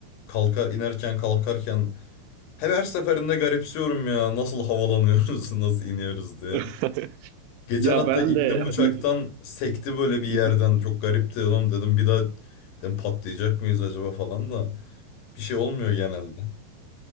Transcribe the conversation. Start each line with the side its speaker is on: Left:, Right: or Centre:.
Left: kalkar inerken kalkarken her, her seferinde garipsiyorum ya nasıl havalanıyoruz <laughs> nasıl iniyoruz diye.
Right: <laughs>
Left: Geçen
Right: Ya
Left: hatta
Right: ben
Left: indim
Right: de
Left: uçaktan
Right: hani
Left: sekti böyle bir yerden
Right: <laughs>
Left: çok garipti oğlum dedim bir daha dedim, patlayacak mıyız acaba falan da. Bir şey olmuyor genelde.